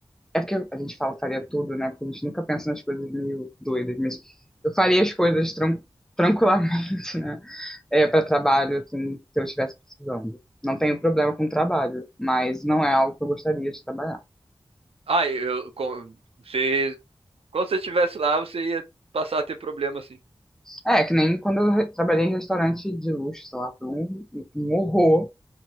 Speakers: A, in the centre; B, on the right (about 85°).
A: é porque a gente fala faria tudo, né? Porque a gente nunca pensa nas coisas meio doidas, mas eu faria as coisas tran tranquilamente, <laughs> né? É, para trabalho, assim, se eu estivesse precisando. Não tenho problema com trabalho, mas não é algo que eu gostaria de trabalhar.
B: Ah, eu, com- você, quando você estivesse lá, você ia passar a ter problema, assim.
A: É, que nem quando eu re- trabalhei em restaurante de luxo, sei lá, foi um, um horror